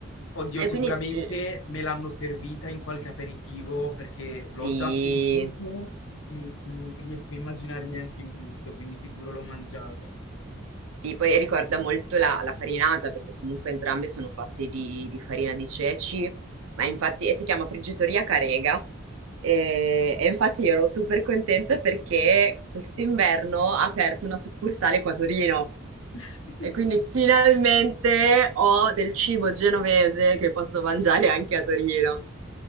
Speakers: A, on the left; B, on the right.
A: Oddio,
B: E
A: sicuramente
B: quindi il
A: me l'hanno servita in qualche aperitivo perché l'ho
B: sì,
A: già sentito e mm, riesco a immaginarmi anche il gusto, quindi sicuro l'ho mangiata.
B: sì, poi ricorda molto la, la farinata, perché comunque entrambe sono fatte di, di farina di ceci, ma infatti e si chiama Friggitoria Carega. E, e infatti io ero super contenta perché quest'inverno ha aperto una succursale qua a Torino.
A: <laughs>
B: E quindi finalmente ho del cibo genovese che posso mangiare anche a Torino.